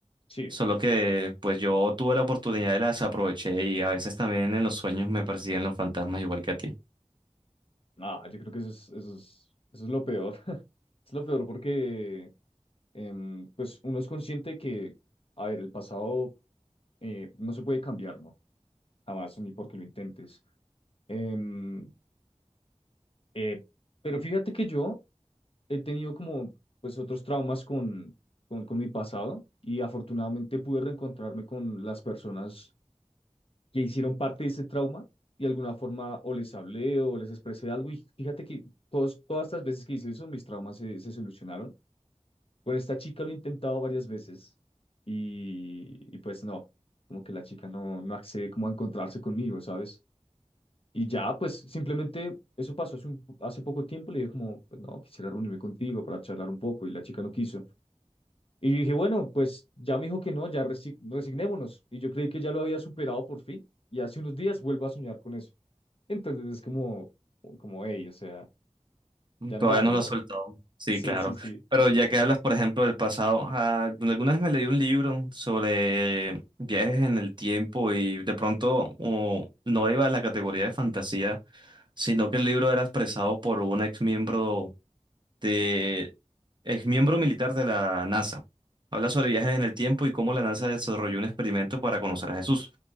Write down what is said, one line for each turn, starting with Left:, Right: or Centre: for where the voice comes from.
Left: sí,
Right: Solo que pues yo tuve la oportunidad y la desaproveché y a veces también en los sueños me persiguen los fantasmas igual que a ti.
Left: ah, yo creo que eso es, eso es, eso es lo peor. Es lo peor porque em, pues uno es consciente que, a ver, el pasado eh, no se puede cambiar, ¿no? Jamás, ni porque lo intentes. Em, eh, pero fíjate que yo he tenido como pues otros traumas con, con, con mi pasado y afortunadamente pude reencontrarme con las personas que hicieron parte de ese trauma y de alguna forma o les hablé o les expresé algo y fíjate que todos, todas estas veces que hice eso, mis traumas se, se solucionaron Con esta chica lo he intentado varias veces y, y pues no, como que la chica no, no accede como a encontrarse conmigo, ¿sabes? Y ya, pues simplemente eso pasó hace, un- hace poco tiempo, le dije como, pues no, quisiera reunirme contigo para charlar un poco y la chica no quiso. Y dije, bueno, pues ya me dijo que no, ya resi- resignémonos. Y yo creí que ya lo había superado por fin y hace unos días vuelvo a soñar con eso. Entonces es como, como, hey, o sea,
Right: Mm,
Left: ya
Right: Todavía
Left: no más,
Right: no
Left: ¿no?
Right: lo has soltado.
Left: <laughs>
Right: Sí,
Left: Sí,
Right: claro.
Left: sí, sí.
Right: Pero ya que hablas, por ejemplo, del pasado, ah, alguna vez me leí un libro sobre viajes en el tiempo y de pronto oh, no iba a la categoría de fantasía, sino que el libro era expresado por un ex miembro de exmiembro militar de la NASA. Habla sobre viajes en el tiempo y cómo la NASA desarrolló un experimento para conocer a Jesús.